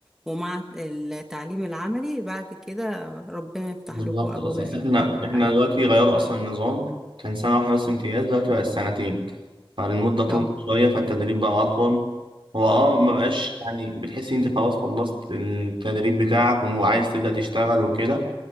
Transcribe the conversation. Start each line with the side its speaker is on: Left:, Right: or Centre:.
Centre: ومع التعليم العملي بعد كده ربنا يفتح
Right: بالظبط
Centre: لكم ابواب
Right: بس يعني
Centre: الخير
Right: احنا
Centre: والسعادة
Right: احنا دلوقتي غيروا اصلا النظام كان سنة واحدة بس امتياز دلوقتي بقى السنتين فالمدة طولت
Centre: اه
Right: شوية فالتدريب بقى أطول هو اه ما بقاش يعني بتحس انت خلاص خلصت التدريب بتاعك وعايز تبدأ تشتغل وكده